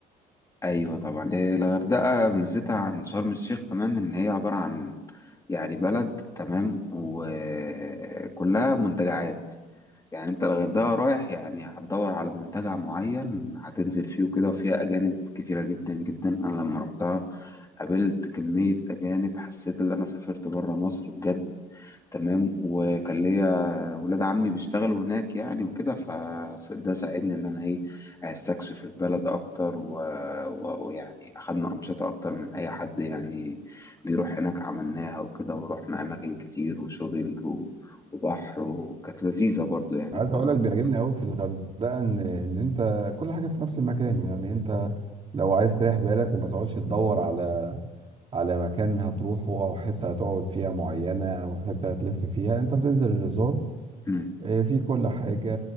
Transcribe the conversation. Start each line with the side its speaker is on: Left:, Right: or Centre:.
Left: ايوه طبعا هي الغردقه ميزتها عن شرم الشيخ كمان ان هي عباره عن يعني بلد تمام وكلها منتجعات يعني انت الغردقه رايح يعني هتدور على منتجع معين هتنزل فيه وكده وفيها اجانب كتيره جدا جدا انا لما رحتها قابلت كميه اجانب حسيت ان انا سافرت بره مصر بجد تمام وكان ليا ولاد عمي بيشتغلوا هناك يعني وكده فده ساعدني ان انا ايه استكشف البلد اكتر و- و- ويعني اخدنا انشطه اكتر من اي حد يعني بيروح هناك عملناها وكده ورحنا اماكن كتير وشوبينج و- وبحر وكانت لذيذه برضو يعني
Right: عايز
Left: طبعا
Right: أقول لك بيعجبني أوي في الغردقة إن إن أنت كل حاجة في نفس المكان يعني أنت لو عايز تريح بالك وما تقعدش تدور على على مكان هتروحه أو حتة هتقعد فيها معينة أو حتة هتلف فيها أنت بتنزل الريزورت
Left: مم.
Right: إيه، في كل حاجة